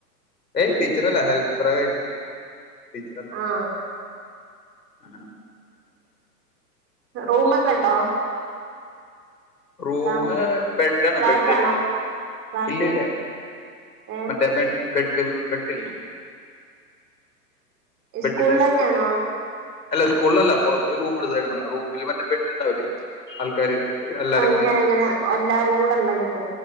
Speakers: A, on the left; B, on the right.
A: ഏയ് ടീച്ചറല്ല ഹെൽപ്പറക്കാട്ട് ടീച്ചറല്ല
B: ആഹ്
A: അങ്ങന
B: റൂമക്കണ്ടോ
A: റൂമ്
B: ഫാമ്
A: ബെഡണ്
B: ഫ്ലാറ്റ്
A: ബെഡ് എടുത്തണം
B: ആണോ ഫ്ലാറ്റ്
A: ഇല്ലല്ല
B: ഏഹ്
A: മറ്റേ ബെഡ് ബെഡ് ബെഡില്ലെ ബെഡ്
B: സ്കൂളിൽ
A: പേസ്
B: തന്നെയാണോ
A: അല്ല ഉസ്കൂള്ളല്ല പൊറത്ത് റൂം എടുത്തേക്കണ റൂമില് മറ്റെ ബെഡിണ്ടാവില്ലേ ആൾക്കാര് എല്ലാരും
B: അയ് ഇങ്ങനെ
A: കൂടി
B: അങ്ങനെ എല്ലാരും കൂടെ ഇള്ളായിട്ട്